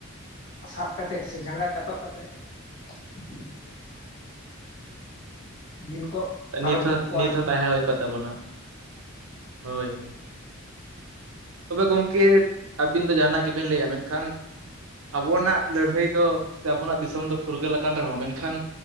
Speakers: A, on the left (about 60°); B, on the right (about 70°).
A: ᱥᱟᱵᱽ ᱠᱟᱛᱮᱫ ᱥᱮ ᱡᱟᱸᱜᱟ ᱪᱟᱴᱚᱜ ᱠᱟᱛᱮᱫ <inaudible> ᱫᱤᱱ ᱠᱚ ᱯᱟᱨᱚᱢᱮᱫ
B: ᱱᱤᱛ ᱦᱚᱸ
A: ᱠᱚᱣᱟ
B: ᱱᱤᱛ
A: ᱟᱨᱠᱤ
B: ᱦᱚᱸ ᱛᱟᱦᱮᱸ ᱦᱳᱭ ᱠᱚᱜ ᱛᱟᱵᱚᱱᱟ᱾ ᱦᱳᱭ ᱦᱳᱭ᱾
A: <inaudible>
B: ᱛᱚᱵᱮ ᱜᱚᱢᱠᱮ ᱟᱹᱵᱤᱱ ᱫᱚ ᱡᱟᱦᱟᱱᱟᱜ ᱜᱮᱵᱤᱱ ᱞᱟᱹᱭᱟ ᱢᱮᱱᱠᱷᱟᱱ ᱟᱵᱚᱱᱟᱜ ᱞᱟᱹᱲᱦᱟᱹᱭ ᱫᱚ ᱥᱮ ᱟᱵᱚᱱᱟᱜ ᱫᱤᱥᱚᱢ ᱫᱚ ᱯᱷᱩᱨᱜᱟᱹᱞ ᱟᱠᱟᱱ ᱨᱮᱦᱚᱸ ᱢᱮᱱᱠᱷᱟᱱ